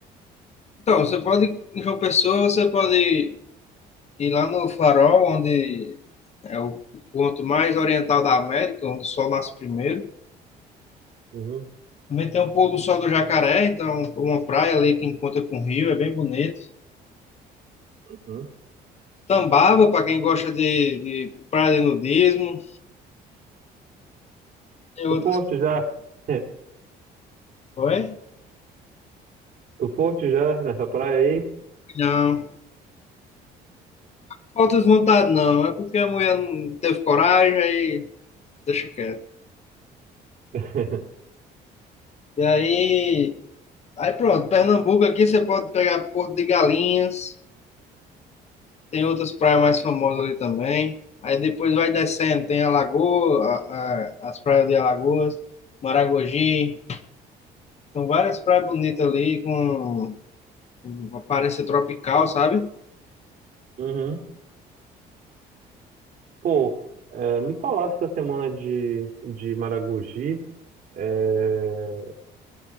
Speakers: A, on the left; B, on the right.
A: Então, você pode, em João Pessoa, você pode ir lá no Farol, onde é o ponto mais oriental da América, onde o sol nasce primeiro.
B: Uhum,
A: Também tem o pôr do sol do Jacaré, então uma praia ali que encontra com o rio, é bem bonito.
B: uhum.
A: Tambaba, para quem gosta de, de praia de nudismo. Tem
B: Tu
A: outras.
B: foste já? <laughs>
A: Oi?
B: Tu foste já nessa praia aí?
A: Não. Falta de vontade, não. É porque a mulher não teve coragem, aí deixa quieto.
B: <laughs>
A: E aí. Aí pronto, Pernambuco aqui você pode pegar Porto de Galinhas. Tem outras praias mais famosas ali também. Aí depois vai descendo, tem Alagoas, a- a- as praias de Alagoas, Maragogi. São várias praias bonitas ali, com uma aparência tropical, sabe?
B: Uhum. Pô, é, me falaram essa semana de, de Maragogi, é,